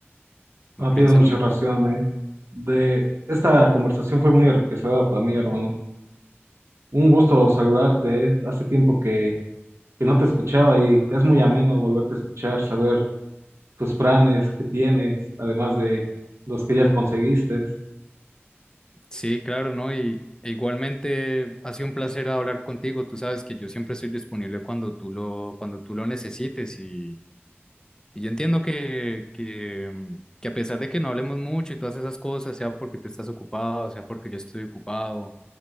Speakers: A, on the left; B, on the right.
A: ¿No
B: No,
A: piensa
B: tienes mucha
A: lo mismo?
B: razón, eh. De esta conversación fue muy enriquecedora para mí, hermano. Un gusto saludarte, eh. Hace tiempo que, que no te escuchaba y es muy ameno volverte a escuchar, saber tus planes que tienes, además de los que ya conseguiste.
A: Sí, claro, ¿no? Y e igualmente ha sido un placer hablar contigo. Tú sabes que yo siempre estoy disponible cuando tú lo, cuando tú lo necesites. Y, y yo entiendo que, que, mm, que a pesar de que no hablemos mucho y todas esas cosas, sea porque tú estás ocupado, sea porque yo estoy ocupado